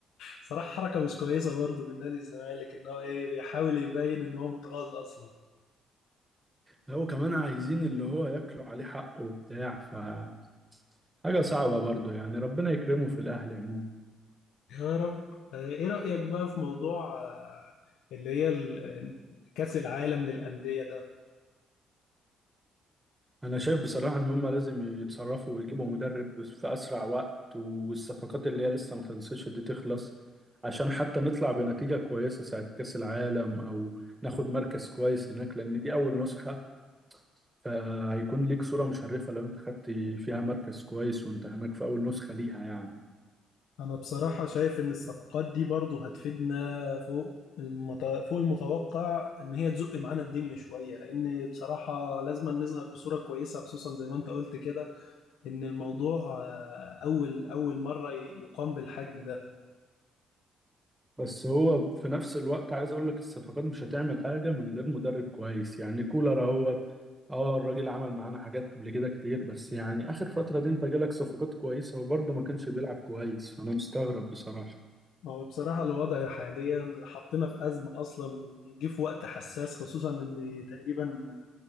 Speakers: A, on the left (about 85°); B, on the right (about 15°).
A: صراحة حركة مش كويسة برضو من نادي الزمالك ان هو ايه بيحاول يبين ان هو متغاظ اصلا
B: لا وكمان عايزين اللي هو ياكلوا عليه حقه وبتاع فحاجة صعبة برضو يعني ربنا يكرمه في الاهلي عموما
A: يا رب آه، ايه رأيك بقى في موضوع آه، اللي هي ال- آه، كأس العالم للأندية ده
B: انا شايف بصراحه ان هم لازم يتصرفوا ويجيبوا مدرب في اسرع وقت والصفقات اللي هي لسه ما خلصتش دي تخلص عشان حتى نطلع بنتيجه كويسه ساعه كاس العالم او ناخد مركز كويس هناك لان دي اول نسخه فهيكون ليك صوره مشرفه لو انت خدت فيها مركز كويس وانت هناك في اول نسخه ليها يعني
A: انا بصراحة شايف ان الصفقات دي برضو هتفيدنا فوق المت... فوق المتوقع ان هي تزق معانا الدنيا شوية لان بصراحة لازم نظهر بصورة كويسة خصوصا زي ما انت قلت كده ان الموضوع آه، اول اول مرة ي- يقام بالحجم ده
B: بس هو في نفس الوقت عايز اقول لك الصفقات مش هتعمل حاجه من غير مدرب كويس يعني كولر اهوت اه الراجل عمل معانا حاجات قبل كده كتير بس يعني اخر فتره دي انت جالك صفقات كويسه وبرضه ما كانش بيلعب كويس فانا مستغرب بصراحه
A: هو بصراحة الوضع حاليا حطينا في أزمة أصلا وجه في وقت حساس خصوصا إن تقريبا